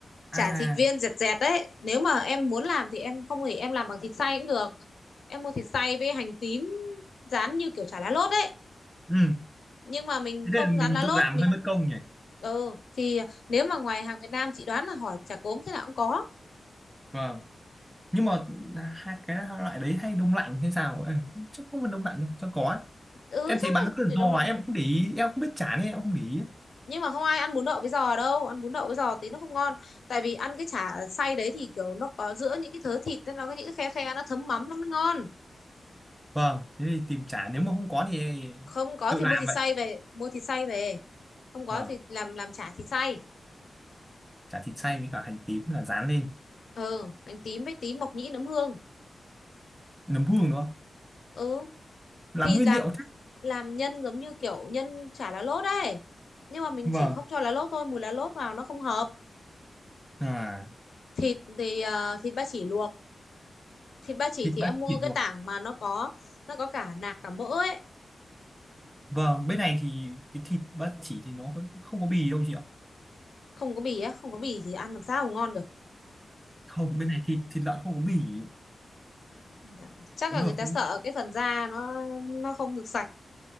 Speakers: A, on the left (about 65°); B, in the centre.
A: chả
B: à
A: thịt viên dẹt dẹt đấy nếu mà em muốn làm thì em không thì em làm bằng thịt xay cũng được em mua thịt xay với hành tím rán như kiểu chả lá lốt ấy
B: ừ
A: nhưng mà mình
B: thế
A: không
B: nên là
A: rán
B: mình
A: lá
B: tự
A: lốt
B: làm
A: mình
B: hơi mất công nhỉ
A: ừ thì nếu mà ngoài hàng Việt Nam chị đoán là hỏi chả cốm thế nào cũng có
B: vâng nhưng mà hai cái loại đấy hay đông lạnh hay sao Ê, chắc không phải đông lạnh đâu chắc có ấy.
A: ừ
B: em
A: chắc
B: thấy bán
A: là
B: cứ
A: để
B: giò
A: đông lại
B: em không để ý em không biết chả nên em không để ý
A: nhưng mà không ai ăn bún đậu với giò đâu ăn bún đậu với giò tí nó không ngon tại vì ăn cái chả xay đấy thì kiểu nó có giữa những cái thớ thịt nên nó có những cái khe khe nó thấm mắm nó mới ngon
B: Vâng, thế thì tìm chả nếu mà không có thì
A: không có
B: tự
A: thì
B: làm
A: mua thịt
B: vậy.
A: xay về mua thịt xay về không có
B: Vâng,
A: thì làm làm chả thịt xay
B: chả thịt xay với cả hành tím là rán lên,
A: ừ hành tím với tí mộc nhĩ nấm hương
B: nấm hương nữa.
A: ừ
B: làm
A: thì
B: nguyên
A: làm
B: liệu thế.
A: làm nhân giống như kiểu nhân chả lá lốt ấy nhưng mà mình
B: Vâng,
A: chỉ không cho lá lốt thôi mùi lá lốt vào nó không hợp
B: à
A: thịt thì ờ, thịt ba chỉ luộc thịt ba chỉ
B: thịt
A: thì
B: ba
A: em mua
B: chỉ
A: cái
B: luộc.
A: tảng mà nó có nó có cả nạc cả mỡ ấy
B: Vâng, bên này thì cái thịt ba chỉ thì nó không có bì đâu chị ạ.
A: không có bì á không có bì thì ăn làm sao mà ngon được
B: Không, bên này thịt thịt lợn không có bì
A: Dạ, chắc
B: có
A: là
B: được
A: người ta sợ cái phần da nó nó không được sạch